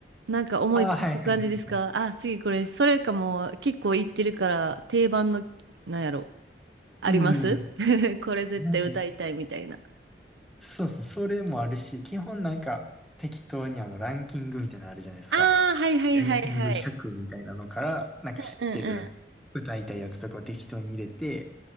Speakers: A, on the right (about 85°); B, in the centre.
A: なんか思いつく感じですかあ、
B: あ、はいはいはいはい。
A: 次これ、それかも結構言ってるから定番の、なんやろ、あります
B: うん。
A: <laughs> これ絶対歌いたいみたいな。
B: なんか、そうですね。それもあるし、基本なんか適当にあのランキングみたいなのあるじゃないですか。
A: ああ、はいはいはいはい。
B: ランキング100みたいなのから、なんか知ってる歌いたいやつとかを適当に入れて、
A: うんう